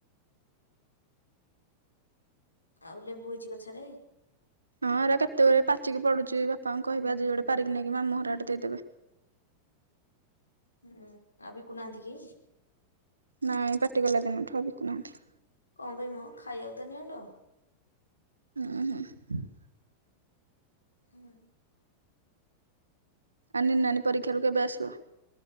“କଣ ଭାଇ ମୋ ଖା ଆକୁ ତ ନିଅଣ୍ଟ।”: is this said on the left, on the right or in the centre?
Left